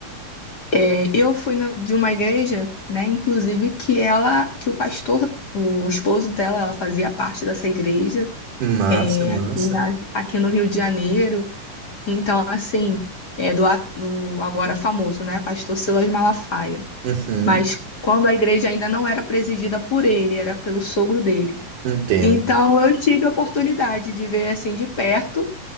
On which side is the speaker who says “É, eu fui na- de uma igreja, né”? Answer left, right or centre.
Left